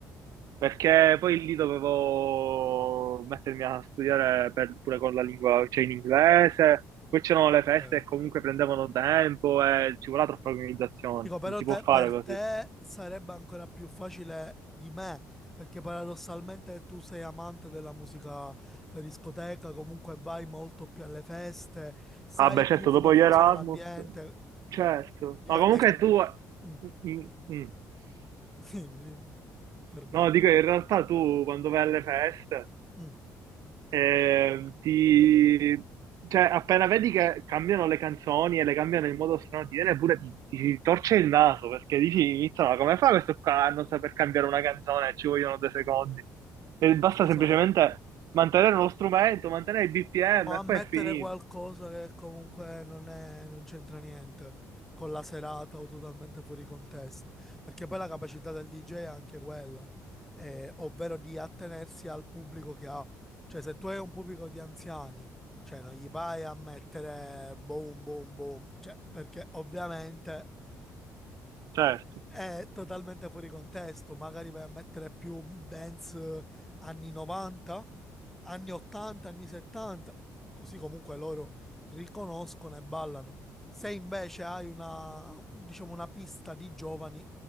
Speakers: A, on the right; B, in the centre.
A: perché poi lì dovevo mettermi a studiare per- pure con la lingua, cioè in inglese, poi c'erano
B: Ok,
A: le feste e comunque prendevano tempo e ci voleva troppa organizzazione,
B: Dico, però
A: non si
B: te-
A: può fare
B: per
A: così.
B: te sarebbe ancora più facile di me, perché paradossalmente tu sei amante della musica da discoteca, comunque vai molto più alle feste, sai
A: Ah, beh, certo,
B: più come
A: dopo
B: funziona
A: gli Erasmus,
B: l'ambiente.
A: certo.
B: Dico,
A: Ma comunque
B: eh,
A: tu...
B: mm,
A: Mm, mm.
B: <laughs> dimmi, dimmi, perdono.
A: No, dico, in realtà tu quando vai alle feste,
B: Mm,
A: eh, ti... Cioè, appena vedi che cambiano le canzoni e le cambiano in modo strano, ti viene pure, ti, ti si torce il naso, perché dici, "Minchia, ma come fa questo qua a non saper cambiare una canzone? Ci vogliono due secondi. E basta
B: esatto.
A: semplicemente mantenere lo strumento, mantenere il BPM
B: O ammettere
A: e poi è finito.
B: qualcosa che comunque non è- non c'entra niente con la serata o totalmente fuori contesto. Perché poi la capacità del DJ è anche quella, eh, ovvero di attenersi al pubblico che ha. Cioè, se tu hai un pubblico di anziani, cioè non gli vai a mettere boom, boom, boom. Cioè, perché ovviamente
A: Certo.
B: è totalmente fuori contesto, magari vai a mettere più dance eh, anni 90, anni 80, anni 70, così comunque loro riconoscono e ballano. Se invece hai una, diciamo, una pista di giovani,